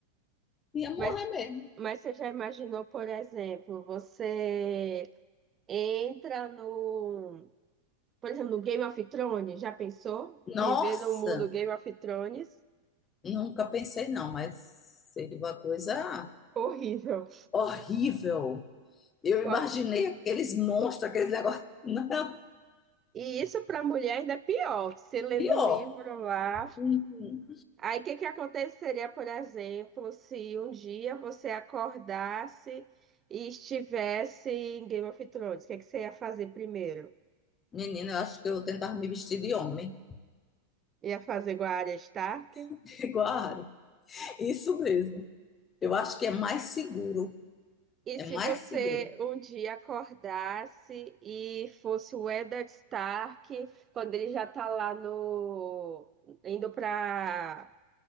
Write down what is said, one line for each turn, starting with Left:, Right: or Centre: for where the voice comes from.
Left: ia
Right: Mas,
Left: morrer mesmo.
Right: mas você já imaginou, por exemplo, você entra no, por exemplo, no Game of Thrones, já pensou?
Left: Nossa,
Right: Viver no mundo Game of Thrones?
Left: nunca pensei não, mas seria uma coisa
Right: Horrível.
Left: horrível. Eu
Right: Qual-
Left: imaginei aqueles monstros, aqueles negócios. Não,
Right: E isso para a mulher ainda é pior. Você lendo
Left: pior.
Right: o livro lá.
Left: Uhum.
Right: Aí o que que aconteceria, por exemplo, se um dia você acordasse e estivesse em Game of Thrones? O que que você ia fazer primeiro?
Left: Menina, eu acho que eu tentava me vestir de homem,
Right: Ia fazer igual a Arya Stark?
Left: <laughs> igual a Ari. Isso mesmo. Eu acho que é mais seguro.
Right: E
Left: É
Right: se
Left: mais
Right: você
Left: seguro.
Right: um dia acordasse e fosse o Eddard Stark, quando ele já tá lá no... indo para